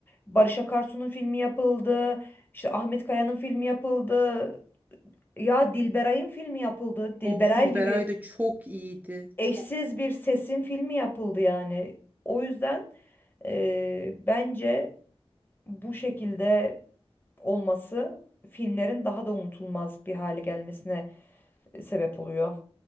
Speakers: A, on the left (about 20°); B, on the right (about 15°).
A: Barış Akarsu'nun filmi yapıldı. İşte Ahmet Kaya'nın filmi yapıldı. Ya Dilberay'ın filmi yapıldı. Dilberay
B: Of Dilberay
A: gibi
B: da çok iyiydi.
A: eşsiz
B: Çok
A: bir sesin filmi yapıldı yani. O yüzden eee, bence bu şekilde olması filmlerin daha da unutulmaz bir hale gelmesine sebep oluyor.